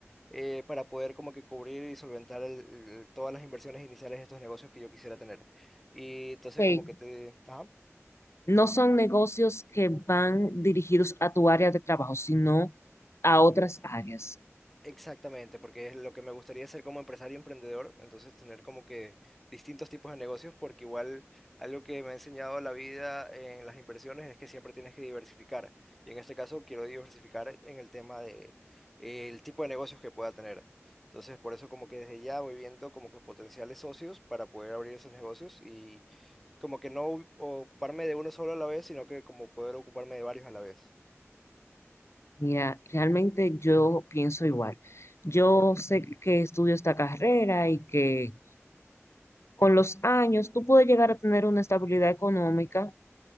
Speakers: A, in the centre; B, on the left.
A: eh, para poder como que cubrir y solventar el- el- todas las inversiones iniciales de estos negocios que yo quisiera tener. Y entonces
B: Ok,
A: como que te... Ajá.
B: no son negocios que van dirigidos a tu área de trabajo, sino a otras áreas.
A: Exactamente, porque es lo que me gustaría ser como empresario emprendedor, entonces tener como que distintos tipos de negocios, porque igual algo que me ha enseñado la vida en las inversiones es que siempre tienes que diversificar. Y en este caso quiero diversificar en el tema de eh, el tipo de negocios que pueda tener. Entonces, por eso como que desde ya voy viendo como que potenciales socios para poder abrir esos negocios y como que no ocuparme de uno solo a la vez, sino que como poder ocuparme de varios a la vez.
B: Mira, realmente yo pienso igual. Yo sé que estudio esta carrera y que con los años tú puedes llegar a tener una estabilidad económica